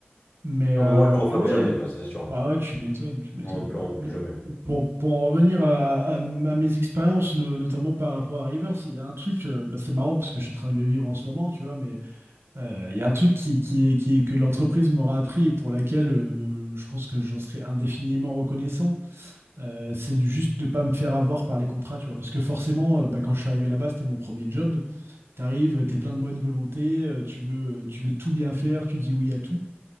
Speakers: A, on the right; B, on the left.
A: Mais,
B: Un
A: euh,
B: moment, je le referai
A: mais ouais,
B: plus jamais,
A: euh,
B: tu vois, ça c'est sûr.
A: bah ouais, tu m'étonnes, tu m'étonnes.
B: Non, plus,
A: Mais
B: plus jamais.
A: pour, pour en revenir à, à- à mes expériences, no- notamment par rapport à Rivers, il y a un truc, euh, bah, c'est marrant parce que je suis en train de le vivre en ce moment, tu vois, mais euh, Il y a un truc qui, qui est, qui est- que l'entreprise m'aura appris et pour laquelle euh, je pense que j'en serai indéfiniment reconnaissant, euh, c'est du- juste de pas me faire avoir par les contrats, tu vois. Parce que forcément, euh, bah, quand je suis arrivé là-bas, c'était mon premier job. T'arrives, euh, t'es plein de bonne volonté, euh, tu veux, euh, tu veux tout bien faire, tu dis oui à tout.